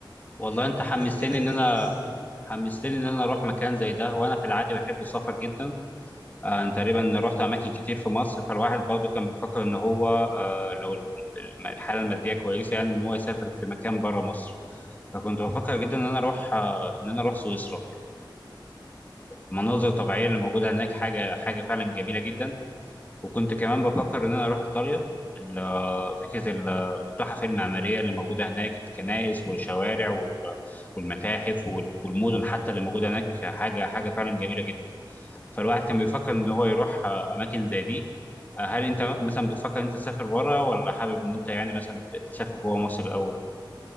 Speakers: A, on the left (about 20°); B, on the right (about 60°).
A: والله
B: ال-
A: انت حمستني
B: الاكل هناك
A: ان انا
B: جميل
A: حمستني ان انا اروح مكان زي ده وانا في العادي بحب السفر جدا آه انا تقريبا رحت اماكن كتير في مصر فالواحد برضه كان بيفكر ان هو آه لو الم- الحاله الماديه كويسه يعني ان هو يسافر في مكان بره مصر فكنت بفكر جدا ان انا اروح آه ان انا اروح سويسرا المناظر الطبيعيه اللي موجوده هناك حاجه حاجه فعلا جميله جدا وكنت كمان بفكر ان انا اروح ايطاليا ال- فكره ال- التحف المعماريه اللي موجوده هناك الكنائس والشوارع وال- والمتاحف وال- والمدن حتى اللي موجوده هناك حاجه حاجه فعلا جميله جدا فالواحد كان بيفكر ان هو يروح آه، اماكن زي دي آه، هل انت مثلا بتفكر انت تسافر بره ولا حابب ان انت يعني مثلا تسافر جوه مصر الاول